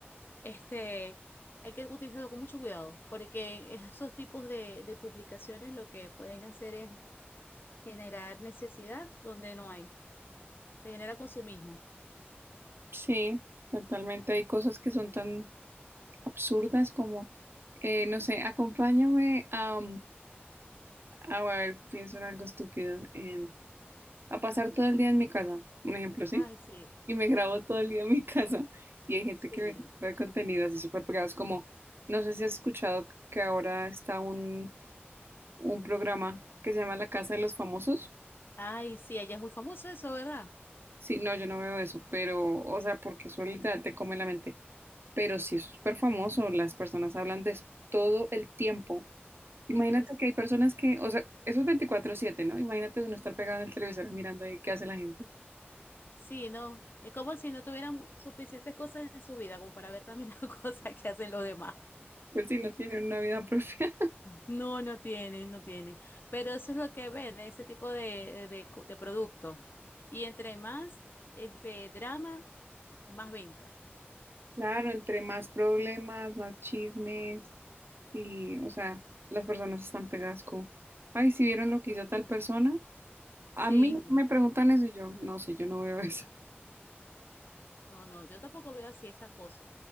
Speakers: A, on the left; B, on the right.
A: Este, hay que utilizarlo con mucho cuidado, porque esos tipos de, de publicaciones lo que pueden hacer es generar necesidad donde no hay, te genera consumismo.
B: Sí, totalmente. Hay cosas que son tan absurdas como, eh, no sé, acompáñame a, mm, a ver, pienso en algo estúpido, em, a pasar todo el día en mi casa, un ejemplo, ¿sí?
A: Ay, sí,
B: Y me grabo todo el día en mi casa y hay gente
A: sí.
B: que ve ese tipo de contenido así súper pegados como, no sé si has escuchado que ahora está un, un programa que se llama La Casa de los Famosos.
A: Ay, sí, allá es muy famoso eso, ¿verdad?
B: Sí, no, yo no veo eso, pero, o sea, porque eso literal te come la mente. Pero sí es súper famoso, las personas hablan de eso todo el tiempo. Imagínate
A: Yo sí.
B: que hay personas que, o sea, eso es 24/7, ¿no? Imagínate uno estar pegado al televisor mirando ahí qué hace la gente.
A: Sí, no, es como si no tuvieran suficientes cosas en su vida como para ver también las <laughs> cosas que hacen los demás.
B: Pues sí, no tienen una vida propia. <laughs>
A: No, no tienen, no tienen. Pero eso es lo que ven, ese tipo de, de, de productos. Y entre más este drama Más venta.
B: Claro, entre más problemas, más chismes y, o sea, las personas están pegadas como, ay, si vieron lo que hizo tal persona.
A: Sí,
B: A mí me preguntan eso y yo, no sé, yo no veo <laughs> eso.
A: no, no, yo tampoco veo así esas cosas.